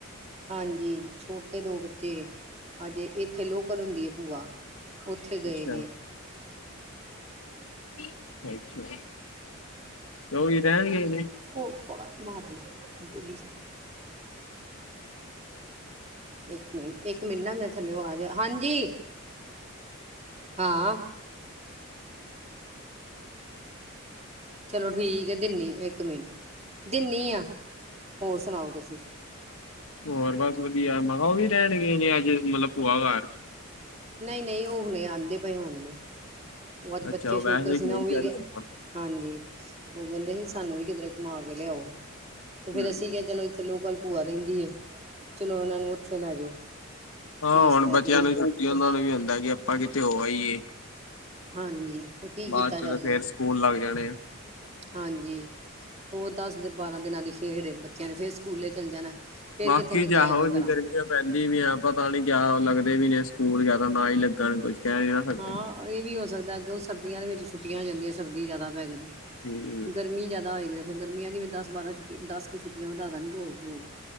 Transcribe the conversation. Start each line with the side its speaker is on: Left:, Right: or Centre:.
Right: ਹਾਂਜੀ, ਛੋਟੇ ਦੋ ਬੱਚੇ ਅਜੇ ਏਥੇ ਲੋਕਲ ਹੁੰਦੀ ਏ ਭੂਆ। ਉੱਥੇ ਗਏ
Left: ਅੱਛਾ
Right: ਦੇ ਐ।
Left: <unintelligible> ਅੱਛਾ। ਉਹ ਵੀ ਰਹਿਣ ਗਏ ਨੇ
Right: ਔਹ ਵਾਜ ਮਾਰਦੀ ਬੋਲੀ ਜਾਂਦੀ ਇਕ ਮਿੰਟ, ਇੱਕ ਮਿੰਟ ਨਾ ਮੇੈਂ ਥੱਲੇਔ ਅਵਾਜ ਹਾਂਜੀ, ਹਾਂ। ਚਲੋ ਠੀਕ ਏ ਦਿੰਨੀ, ਇੱਕ ਮਿੰਟ ਦਿੰਨੀ ਆਂ। ਹੋਰ ਸੁਣਾਓ ਤੁਸੀ?
Left: ਹੋਰ ਬਸ ਵਧੀਆ। ਮੈਂ ਕਿਹਾ, ਔਹ ਵੀ ਰਹਿਣ ਗਏ ਨੇ ਅੱਜ ਮਤਲਬ ਭੂਆ ਘਰ।
Right: ਨਹੀ, ਨਹੀ ਔਹ ਹੁਣੇ ਆਂਦੇ ਪਏ ਹੋਣਗੇ, ਔਹ ਅੱਜ
Left: ਅੱਛਾ
Right: ਬੱਚੇ
Left: ਉਹ ਵੈਸੇ
Right: ਛੋਟੇ ਸੀ ਨਾ
Left: ਗਏ
Right: ਔਵੀ
Left: ਅੱਜ
Right: ਗ
Left: ਘੁੰਮਣ
Right: ਹਾਂਜੀ ਉਹ ਕਹਿੰਦੇ ਸੀ, ਸਾਨੂੰ ਵੀ ਕਿਧਰੇ ਘੁਮਾ ਕੇ ਲਿਆਓ ਤੇ ਫੇਰ
Left: ਹੂੰ
Right: ਅਸੀ ਕਿਹਾ ਚਲੋ ਲੋਕਲ ਭੂਆ ਰਹਿੰਦੀ ਹੈ, ਚਲੋ ਇਹਨਾ ਨੂੰ ਉੱਥੇ ਲੈ ਜਾਓ।
Left: ਹਾਂ
Right: ਤੇ ਇਸ
Left: ਹੁਣ
Right: ਕਰਕੇ
Left: ਬੱਚਿਆਂ
Right: ਫਿਰ
Left: ਨੂੰ ਵੀ ਛੁੱਟੀਆਂ, ਉਹਨਾਂ ਨੂੰ ਵੀ ਹੁੰਦਾ ਕਿ ਆਪਾਂ ਕਿਥੇ ਹੋ ਆਈਏ।
Right: ਹਾਂਜੀ ਫਿਰ ਕੀ
Left: ਬਾਅਦ
Right: ਕੀਤਾ
Left: ਚੋ
Right: ਜਾ
Left: ਤੇ
Right: ਸਕਦਾ
Left: ਫੇਰ ਸਕੂਲ ਲੱਗ ਜਾਣੇ ਏ।
Right: ਹਾਂਜੀ ਹੋਰ ਦਸ- ਬਾਰਾਂ ਦਿਨਾਂ ਦੀ ਖੇਡ ਏ, ਬੱਚਿਆਂ ਨੇ ਫੇਰ ਸਕੂਲੇ ਚੱਲ ਜਾਣਾ। ਫੇਰ
Left: ਬਾਕੀ
Right: ਕਿੱਥੇ ਨਿਕਲਿਆ
Left: ਜੇ ਆਹੋ
Right: ਜਾਣਾ
Left: ਜੀ
Right: ਘਰਾਂ
Left: ਗਰਮੀਆਂ
Right: ਚ
Left: ਭੈਣਜੀ ਵੀ ਆ ਪਤਾ ਨੀ ਕਿਆ ਲੱਗਦੇ ਵੀ ਨੇ ਸਕੂਲ ਜਾ ਤਾਂ ਨਾ ਹੀ ਲੱਗਣ ਕੁਝ ਕਹ ਨੀ ਨਾ ਸਕਦੇ।
Right: ਹਾਂ ਇਹ ਵੀ ਹੋ ਸਕਦਾ ਅੱਗੇ ਸਰਦੀਆਂ ਦੇ ਵਿੱਚ ਛੁੱਟੀਆਂ ਹੋ ਜਾਂਦੀਆਂ, ਸਰਦੀ ਜ਼ਿਆਦਾ ਪੈ ਜਾਂਦੀ
Left: ਹੂੰ
Right: ਗਰਮੀ ਜ਼ਿਆਦਾ ਹੋਏਗੀ, ਫੇਰ ਗਰਮੀਆਂ ਦੀ ਵੀ ਦਸ ਬਾਰਾਂ ਛੁੱਟੀ ਦਸ ਕੁ ਛੁਟੀਆਂ ਵਧਾ ਦੇਨਗੇ, ਹੋਰ ਕੀ ਹੋਏਗਾ।